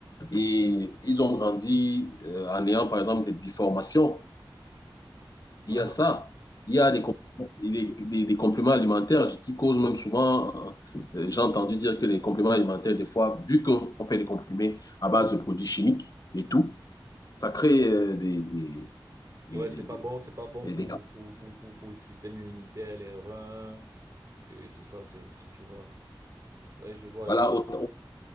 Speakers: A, on the left (about 50°); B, on the right (about 45°).
A: Et ils ont grandi euh, en ayant, par exemple, des déformations.
B: Ah.
A: Il y a ça. Il y a des, des, des- des compléments alimentaires qui causent même souvent, euh, euh, j'ai entendu dire que les compléments alimentaires, des fois, vu qu'on fait des comprimés à base de produits chimiques et tout, ça crée euh, des, des, des,
B: Ouais, c'est
A: des,
B: pas
A: des-
B: bon, c'est pas bon
A: des-
B: pour,
A: des-
B: pour, pour, pour, pour le système immunitaire, les reins euh, et tout ça, c'est, c'est, tu vois. Ouais, je vois,
A: Voilà,
B: je vois.
A: autant,